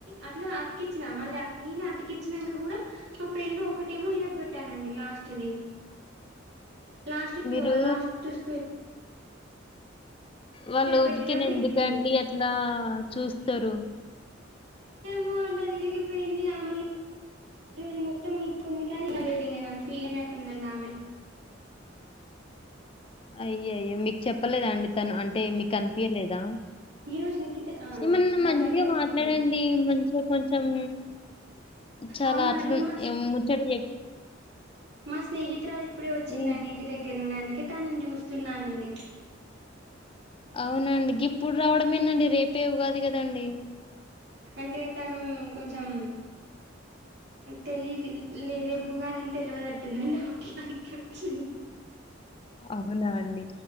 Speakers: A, on the right (about 60°); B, on the left (about 30°).
A: అట్లా అతికిచ్చినా మళ్ళీ నేనే అతికిచ్చినాక కూడా మా ఫ్రెండ్ ఒక ఒకటేమో ఇరగోట్ట అన్నది లాస్ట్ ది లాస్ట్ కూ
B: మీరు
A: లాస్ట్ స్క్వన్
B: వాళ్ల ఓపికానీ
A: పెట్టేటప్పుడు
B: ఎందుకండి
A: ఇరిగింది
B: అట్లా చూస్తారు
A: మ అంటది ఇరిగిపోయింది ఆమె ఈ రోజు మొత్తం మీ ఇకుంది కానీ ఏం లేదు ఇంకా నను ఫీల్ అయినట్టుందండి ఆమె
B: అయ్యయ్యో మీకు చెప్పలేదా అండి తను అంటే మీకు అనిపయలేదా
A: ఈ రోజు నిఖిత ఆ
B: ఏమన్నా
A: మా
B: మంచిగా
A: ఫ్రెండ్ వెళ్ళిపోయిందండి
B: మాట్లాడండి మంచిగా కొంచెం చాలా
A: అవునా
B: అట్లు
A: అండి మా
B: ఎం ముచ్చట చెప్ప
A: మా స్నేహితురాలు ఇప్పుడే వచ్చిందండి
B: హ్మ్.
A: ఇంటి దగ్గర నుండి అందుకే తనని చూస్తున్నానండి
B: అవునండి ఇప్పుడు రావడం ఏందండి రేపే ఉగాది కదండి
A: అంటే తను కొంచెం తెలిదు లే రేపు ఉగాది అని తెలియదట్టుందండి ఆమెకి అందుకే వచ్చింది
B: అవునా అండి